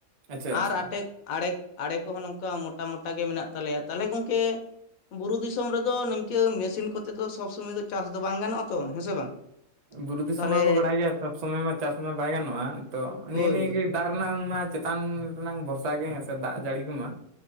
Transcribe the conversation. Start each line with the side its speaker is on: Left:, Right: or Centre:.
Right: ᱟᱪᱪᱷᱟ
Left: ᱟᱨ
Right: ᱟᱪᱪᱷᱟ
Left: ᱟᱴᱮᱫ ᱟᱲᱮ ᱟᱲᱮ ᱠᱚᱦᱚᱸ ᱱᱚᱝᱠᱟ ᱢᱚᱴᱟ ᱢᱚᱴᱟ ᱜᱮ ᱢᱮᱱᱟᱜ ᱛᱟᱞᱮᱭᱟ, ᱛᱟᱞᱦᱮ ᱜᱚᱝᱠᱮ ᱵᱩᱨᱩ ᱫᱤᱥᱚᱢ ᱨᱮᱫᱚ ᱱᱤᱝᱠᱟᱹ ᱢᱮᱥᱤᱱ ᱠᱚᱛᱮ ᱫᱚ ᱥᱚᱵᱽ ᱥᱚᱢᱚᱭ ᱫᱚ ᱪᱟᱥ ᱫᱚ ᱵᱟᱝ ᱜᱟᱱᱚᱜᱼᱟ ᱛᱚ, ᱦᱮᱸ ᱥᱮ ᱵᱟᱝ
Right: ᱵᱩᱨᱩ ᱫᱤᱥᱚᱢ
Left: ᱛᱟᱦᱚᱞᱮ
Right: ᱢᱟᱵᱚ ᱵᱟᱲᱟᱭ ᱜᱮᱭᱟ ᱥᱚᱵᱽ ᱥᱚᱢᱚᱭ ᱢᱟ ᱪᱟᱥ ᱢᱟ ᱵᱟᱭ ᱜᱟᱱᱚᱜᱼᱟ ᱛᱚ
Left: ᱦᱳᱭ
Right: ᱱᱤᱜ ᱱᱤᱭᱟᱹᱜᱮ
Left: ᱦᱳᱭ
Right: ᱫᱟᱜ ᱨᱮᱱᱟᱝ ᱢᱟ ᱪᱮᱛᱟᱱ ᱨᱮᱱᱟᱝ ᱵᱷᱚᱨᱥᱟ ᱜᱮ ᱥᱮ ᱫᱟᱜ ᱡᱟᱹᱲᱤ ᱠᱚᱢᱟ